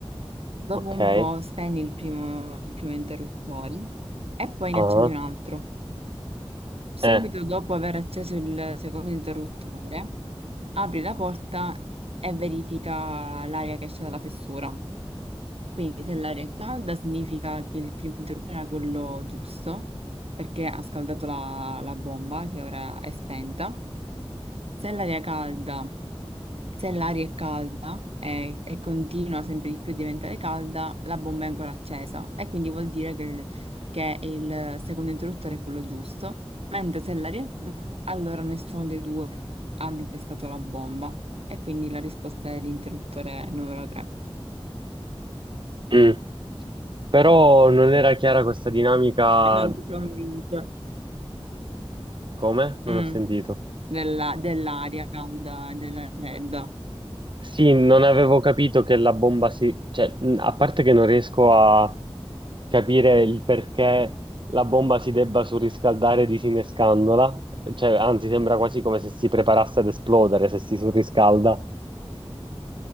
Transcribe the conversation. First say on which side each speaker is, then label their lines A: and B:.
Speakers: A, on the right; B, on the right.
A: Dopo
B: ok.
A: un po' spegni il primo, il primo interruttore e poi
B: Ah,
A: ne accendi un altro. Subito
B: eh,
A: dopo aver acceso il secondo interruttore, apri la porta e verifica l'aria che esce dalla fessura. Quindi se l'aria è calda significa che il primo interruttore era quello giusto, perché ha scaldato la, la bomba che ora è spenta. Se l'aria è calda se l'aria è calda eh, e, continua sempre di più a diventare calda, la bomba è ancora accesa e quindi vuol dire che, che il secondo interruttore è quello giusto, mentre se l'aria è fredda, allora nessuno dei due ha disescato la bomba e quindi la risposta è l'interruttore numero 3.
B: mm. Però non era chiara questa dinamica.
A: <laughs> Non ti convince.
B: Come? Non
A: Mm,
B: ho sentito.
A: della, dell'aria calda e della fredda.
B: Sì, non avevo capito che la bomba si... Cioè, mh, a parte che non riesco a capire il perché la bomba si debba surriscaldare disinnescandola, cioè, anzi, sembra quasi come se si preparasse ad esplodere se si surriscalda.